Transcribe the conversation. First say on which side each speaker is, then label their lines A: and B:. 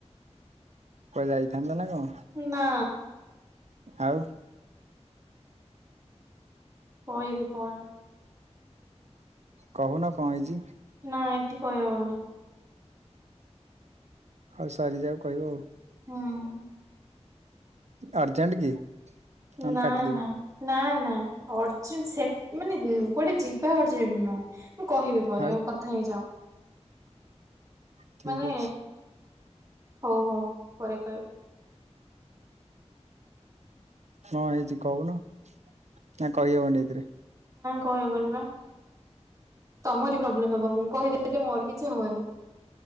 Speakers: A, on the right; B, on the right.
A: କୁଆଡେ ଯାଇଥାନ୍ତ ନା କଣ?
B: ନା
A: ଆଉ
B: କହିବି କଣ?
A: କହୁନ କଣ ହେଇଚି?
B: ନା ଏଠି କହି ହବନି।
A: ଆଉ ସରିଯାଉ କହିବ ଆଉ।
B: ହୁଁ
A: ଅର୍ଜେଣ୍ଟ କି? ନହେଲେ
B: ନା,
A: କାଟିଦେବି।
B: ନା ନା, ନା, ଅର୍ଜେଣ୍ଟ ସେ ମାନେ କୁଆଡେ ଯିବା ଅର୍ଜେଣ୍ଟ ନୁ ମୁଁ କହିବି ପରେ
A: ଆଉ
B: ଆ କଥା ହେଇଯା।
A: ଠିକ
B: ମାନେ,
A: ଅଛି
B: ହଉ ହଉ ପରେ କହିବି।
A: କଣ ହେଇଛି କହୁନ? ନାଁ କହି ହବନି ଏଇଥିରେ।
B: କହି ହବନି ପା। ତମରି ପ୍ରୋବ୍ଲେମ ହବ, ମୁଁ କହିଦେଲେ ମୋର କିଛି ହବନି।